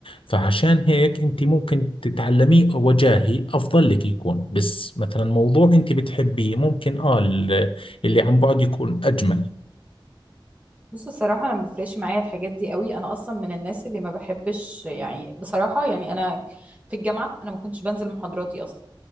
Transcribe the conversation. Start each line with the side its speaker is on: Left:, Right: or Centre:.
Left: فعشان هيك انت ممكن تتعلميه وجاهي افضل لك يكون بس مثلا موضوع انت بتحبيه ممكن اه ال- اللي عن بعد يكون اجمل
Right: بص الصراحة أنا ما بيفرقش معايا الحاجات دي قوي أنا أصلا من الناس اللي ما بحبش يعني بصراحة يعني أنا في الجامعة أنا ما كنتش بنزل محاضراتي أصلا